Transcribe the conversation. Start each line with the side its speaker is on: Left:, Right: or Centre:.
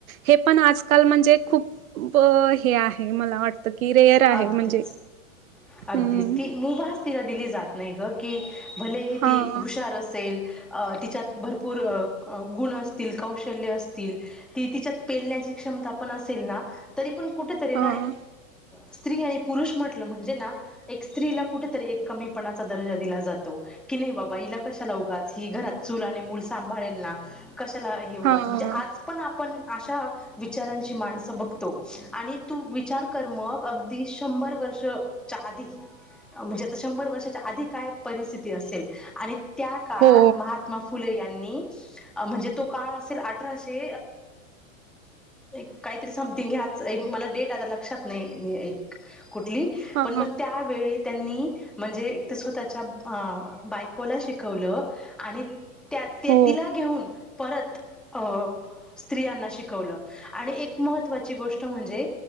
Right: हे पण आजकाल म्हणजे खूप हे आहे. मला वाटतं की रेअर आहे
Centre: अगदीच
Right: म्हणजे
Centre: अगदीच
Right: हम्म
Centre: ती मुभास तिला दिली जाते. नाही ग की भलेही
Right: हां
Centre: ती हुशार असेल. अ तिच्यात भरपूर अ गुण असतील कौशल्य असतील ती तिच्यात पेलण्याची क्ष पंखा पण असेल न तरी ऑन कुठे तरी
Right: हां
Centre: स्त्री आणि पुरुष म्हटलं म्हणजे ना एक स्त्रीला कुठेतरी एक कमीपणाचा दर्जा दिला जातो. की नाही बाबा तिला कशाला उगाच ही घरात चूल आणि मूल सांभाळेल. कशाला हे उगाचं
Right: हां
Centre: म्हणजे आज पण आपण अशा विचारांची माणसं बघतो. आणि तू वी विचारकर्मक अगदी शंभर वर्ष च्या आधी म्हणजे आता शंभर वर्षाच्या आधी काय परिस्थिती असेल, आणि त्या काळात
Right: हो
Centre: महात्मा फुले या नी म्हणजे तो काळ असेल अठराशे एक काहीतरी साम <unintelligible> मला डेट आता लक्षात नाही एक कुठली
Right: हां
Centre: पण मग त्यावेळी त्यांनी म्हणजे स्वतःच्या अ बायकोला शिकवलं. आणि त्या ते
Right: हो
Centre: तिला घेऊन परत अ स्त्रियांना शिकवलं आणि एक महत्त्वाची गोष्ट म्हणजे